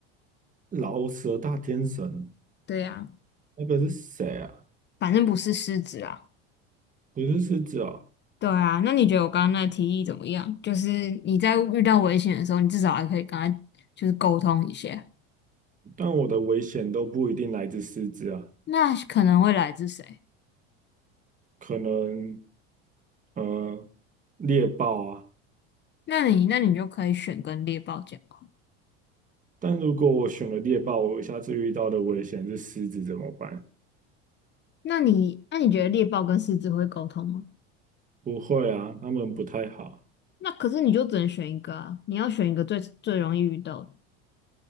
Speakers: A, on the right (about 25°); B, on the left (about 35°).
A: 老舍大天神，
B: 对啊，
A: 那个是谁啊？
B: 反正不是狮子啊。
A: 不是狮子哦。
B: 对啊，那你觉得我刚刚那提议怎么样？就是你在遇到危险的时候，你至少还可以跟他就是沟通一下，
A: 但我的危险都不一定来自狮子啊，
B: 那可能会来自谁？
A: 可能呃猎豹啊。
B: 那你那你就可以选跟猎豹讲话。
A: 但如果我选了猎豹，我下次遇到的危险是狮子怎么办？
B: 那你那你觉得猎豹跟狮子会沟通吗？
A: 不会啊，他们不太好，
B: 那可是你就只能选一个啊，你要选一个最最容易遇到的，